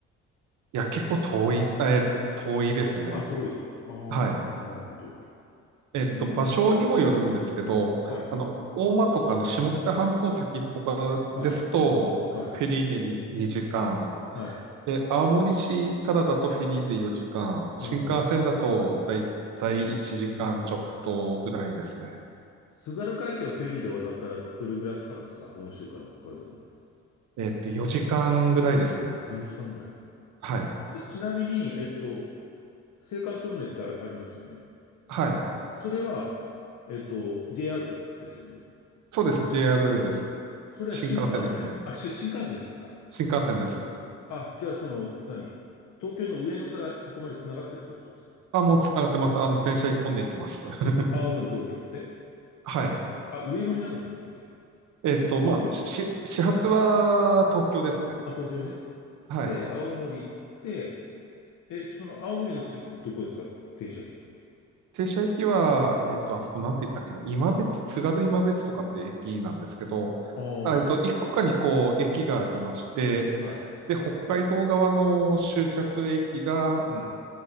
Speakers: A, on the right; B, on the left.
A: いや、結構遠い、えー遠いですね。
B: あ、遠い。ああ、
A: はい。
B: なるほど。
A: えっと、
B: うーん。
A: 場所にもよるんですけど、
B: はいはい。
A: あの、大間とかの下北半島先っぽからですと、
B: はい。はい。
A: フェリーで 2, 時間、
B: はい。
A: で、青森市からだとフェリーで4時間、
B: あんはん。
A: 新幹線だとだいたい1時間ちょっとぐらいですね。
B: 津軽海峡をフェリーで渡ったらどれぐらいかかるんですか本州から北海道まで。
A: えっと、4時間ぐらいですね。
B: あ、4時間ぐらい。
A: はい。
B: で、ちなみに、えっと、青函トンネルってあ、ありますよね。
A: はい。
B: それは、えっと、JR ですよね。
A: そうです。JR です。
B: それは新幹線。
A: 新幹線ですね。
B: あ、し新幹線ですか。
A: 新幹線です。
B: あ、じゃあその、何東京の上野からそこまで繋がってるってことですか
A: あ、もうつながってます。あの、電車一本で行きます。<laughs>
B: 青森、東京って
A: はい。
B: あ、上野にあるんでしたっけ
A: えっと、
B: ん東京
A: まあ、し、し始発は東京ですね。
B: あ、東京ね。
A: はい。
B: で、青森行って、え、その青森の次ってどこですか停車駅は。
A: 停車駅は、えっと、あそこなんて言ったっけな、今別、津軽今別とかっていう駅なんですけど、
B: あ
A: あえっと、1個か2個駅がありまして、
B: あ、はい。
A: で、北海道側の終着駅が、
B: うん。